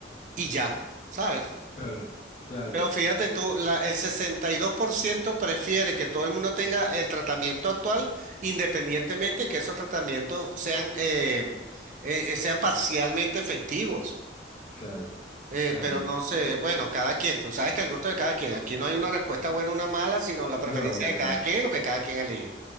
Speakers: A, on the right; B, on the left.
A: y ya, ¿sabes?
B: claro, claro,
A: Pero fíjate tú, la, el 62% prefiere que todo el mundo tenga el tratamiento actual, independientemente que esos tratamientos sean, eh, eh, eh, sean parcialmente efectivos.
B: claro,
A: Eh,
B: claro.
A: pero
B: lo-
A: no sé,
B: lo-
A: bueno, cada quien, tú sabes que el gusto de cada quien, aquí no hay una respuesta buena o una mala, sino la preferencia
B: no,
A: de
B: no.
A: cada quien, y lo que cada quien elige.